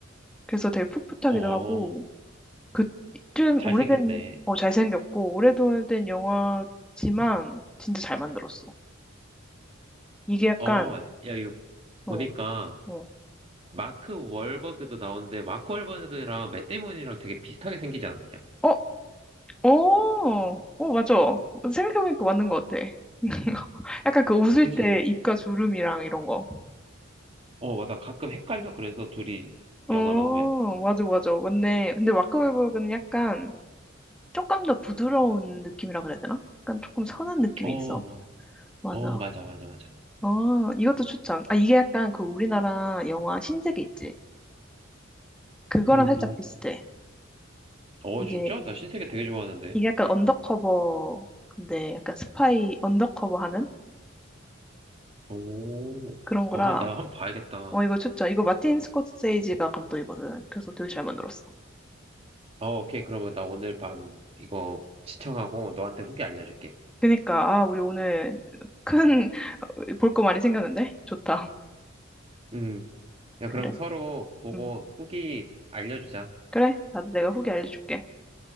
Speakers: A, in the centre; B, on the right.
A: 그래서 되게 풋풋하기도
B: 어,
A: 하고 그쯤
B: 잘생겼네.
A: 오래된, 어, 잘생겼고, 오래된 영화지만 진짜 잘 만들었어. 이게 약간,
B: 어, 야, 이거
A: 어,
B: 보니까
A: 어,
B: 마크 월버그도 나오는데 마크 월버그랑 맷 데이먼이랑 되게 비슷하게 생기지 않았냐?
A: 어, 어, 어, 맞아. 생각해보니까 맞는 것 같아. <laughs> 약간 그 웃을
B: 그지?
A: 때 입가 주름이랑 이런 거.
B: 어, 맞아. 가끔 헷갈려. 그래서 둘이
A: 어,
B: 영화 나오면.
A: 맞아, 맞아. 맞네. 근데 마크웨버그는 약간 조금 더 부드러운 느낌이라 그래야 되나? 약간 조금 선한 느낌이
B: 어, 어,
A: 있어. 맞아.
B: 어, 맞아, 맞아, 맞아.
A: 어, 이것도 추천. 아, 이게 약간 그 우리나라 영화 신세계 있지? 그거랑
B: 음,
A: 살짝 비슷해.
B: 어,
A: 이게
B: 진짜? 나 신세계 되게 좋아하는데.
A: 이게 약간 언더커버 근데 약간 스파이 언더커버 하는
B: 오,
A: 그런 거라
B: 와, 한- 나 한번 봐야겠다.
A: 어 이거 추천 이거 마틴 스코세이지가 감독이거든 그래서 되게 잘 만들었어
B: 어, 오케이. 그러면 나 오늘 밤 이거 시청하고 너한테 후기 알려줄게.
A: 그니까 아 우리 오늘 큰 볼 거 <laughs> 많이 생겼는데 좋다
B: 음, 야,
A: <laughs> 그래
B: 그러면 서로 보고
A: 음
B: 후기 알려주자.
A: 그래 나도 내가 후기 알려줄게